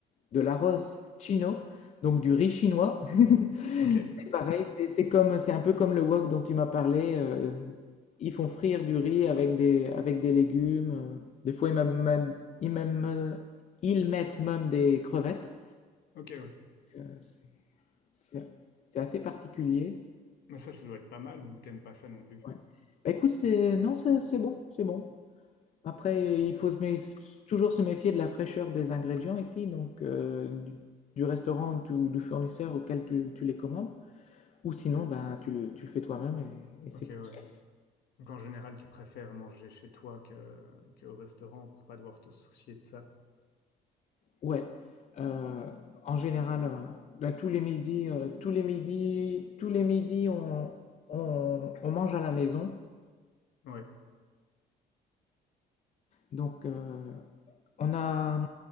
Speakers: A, on the left; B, on the left.
A: de l'arroz chino, donc du riz chinois. <laughs>
B: Ok,
A: C'est pareil, c'est c'est comme, c'est un peu comme le wok dont tu m'as parlé. euh, ils font frire du riz avec des, avec des légumes. euh, des fois, ils, même, même- ils, même, euh, ils mettent même des crevettes.
B: <laughs> ok, ouais.
A: Euh, c'est c'est- c'est assez particulier.
B: Mais ça, ça doit être pas mal ou t'aimes pas ça non plus?
A: Ouais. Bah, écoute, c'est, non, c'est c'est bon, c'est bon. Après, il faut se méf- toujours se méfier de la fraîcheur des ingrédients ici, donc euh, du, du restaurant ou du, ou du fournisseur auquel tu, tu les commandes. Ou sinon, ben, tu le, tu le fais toi-même et, et c'est
B: Ok,
A: plus
B: ouais.
A: safe.
B: Donc en général, tu préfères manger chez toi que, que au restaurant pour pas devoir te soucier de ça.
A: Ouais. Euh, en général, euh, ben, tous les midis, euh, tous les midis, tous les midis, on, on, on mange à la maison.
B: Ouais.
A: Donc, euh, on a,